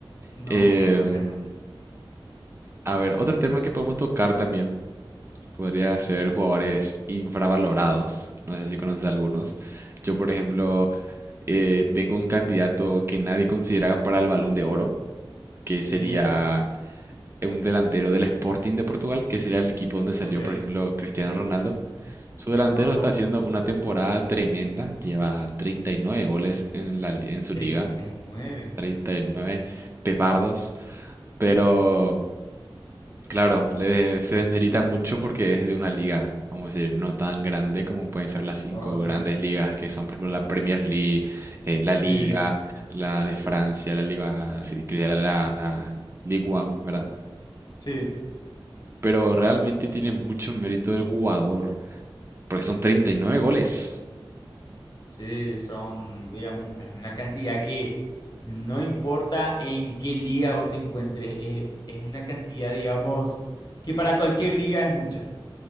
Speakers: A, on the left; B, on the right.
A: no,
B: Em,
A: no cambiaría nada.
B: a ver, otro tema que podemos tocar también podría ser jugadores infravalorados, no sé si conoces algunos. Yo, por ejemplo, eh, tengo un candidato que nadie considera para el Balón de Oro, que sería...
A: Sí,
B: un delantero del Sporting de Portugal, que sería el equipo donde salió,
A: ok,
B: por ejemplo, Cristiano Ronaldo. Su delantero
A: conozco.
B: está haciendo una temporada tremenda, lleva 39 goles en la li- en su
A: treinta
B: liga,
A: y nueve
B: treinta y nueve pepardos, pero claro, le, se desmerita mucho porque es de una liga, vamos a decir, no tan grande como pueden ser las cinco
A: Oh,
B: grandes
A: sí,
B: ligas que son, por ejemplo, la Premier League, eh, la
A: sí,
B: Liga, la de Francia, la Liga, si quería la, la la Ligue 1, ¿verdad?
A: sí,
B: pero realmente tiene mucho mérito del jugador, porque son 39 goles.
A: sí, son, digamos, es una cantidad que no importa en qué liga vos te encuentres, es, es una cantidad, digamos, que para cualquier liga es mucha.